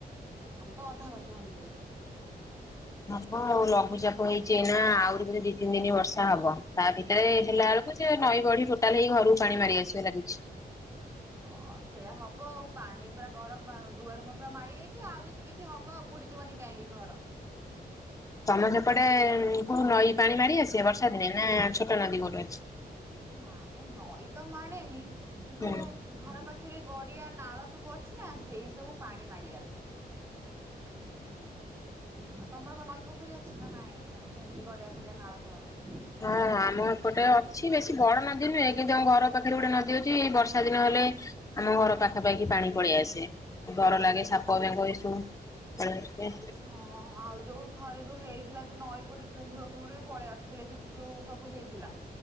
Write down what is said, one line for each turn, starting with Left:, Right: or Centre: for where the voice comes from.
Right: ଆମର ତ ଅଧା ଗଛ ଭାଙ୍ଗି ଯାଇଛି।
Left: ହବ ଆଉ ଲଘୁଚାପ ହେଇଛି। ନା ଆହୁରି ଦି ତିନି ଦିନି ବର୍ଷା ହବ। ତା ଭି ଏ ହେଲା ବଳକୁ ସେ ନଈ ବଢି ଟୋଟାଲ ହେଇ ଘରକୁ ପାଣି ମାଡି ଆସିବ ଲାଗୁଛି।
Right: ହଁ ସେଇୟା ହବ ଆଉ। ପାଣି ପୁରା ଘର ଦୁଆ ରୁମ ପୁରା ମାଳି ଯାଇଛି। ଆଉରି କିଛି ହବ ଆଉ ବୁଡିଯିବନି କାହିଁକି ଘର।
Left: ତମେ ସେପଟେ କୋଉ ନଈ ପାଣି ମାଡି ଆସେ ବର୍ଷା ଦିନେ। ନା ଛୋଟ ନଦୀ କୋଉଠି ଅଛି।
Right: ନାଇଁ ନାଇଁ ନଈ ତ ମାଡେନି। କିନ୍ତୁ
Left: ହୁଁ
Right: ଘର ପାଖରେ ଗଡିଆ ନାଳ ସବୁ ଅଛି ନା ସେଇ ସବୁ ପାଣି ମାଡି ଆସେ।
Left: ହୁଁ
Right: ଆଉ ତମର ନଈ ପୋଖରୀ ଅଛି ନା ନାଇଁ ମାନେ ସେମିତି ଗଡିଆ ଫଡିଆ ନାଳ ଫାଳ ଅଛି।
Left: ହଁ ଆମ ଗୋଟେ ଅଛି ବେଶୀ ବଡ ନଦୀ ନୁହେଁ। କିନ୍ତୁ ଆମ ଘର ପାଖରେ ଗୋଟେ ନଦୀ ଅଛି। ଏଇ ବର୍ଷା ଦିନ ହେଲେ ଆମ ଘର ପାଖାପାଖି ପାଣି ପଳେଇ ଆସେ। ଡର ଲାଗେ ସାପ ବେଙ୍ଗ ଏ ସବୁ ଆସେ।
Right: ହଁ। ଆଉ ଯୋଉ ଥରେ ଯୋଉ ହେଇଥିଲା ଯୋଉ ନଈ ବଡି କୁମ୍ଭୀର ଫୁମ୍ଭୀର ବି ପଳେଇ ଆସୁଥିଲେ। କିନ୍ତୁ ଯୋଉ ସବୁ ହେଇଥିଲା।